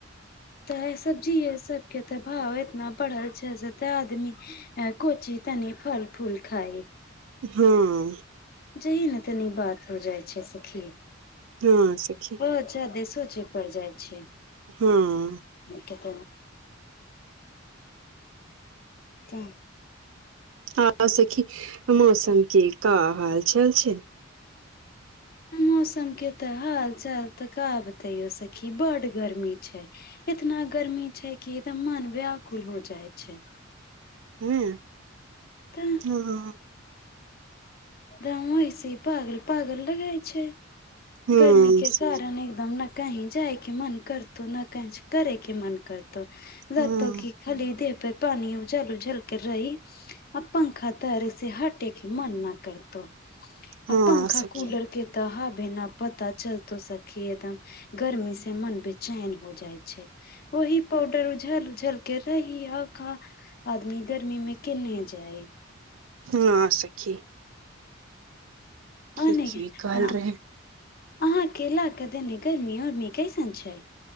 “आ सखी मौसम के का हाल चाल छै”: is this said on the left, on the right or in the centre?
Right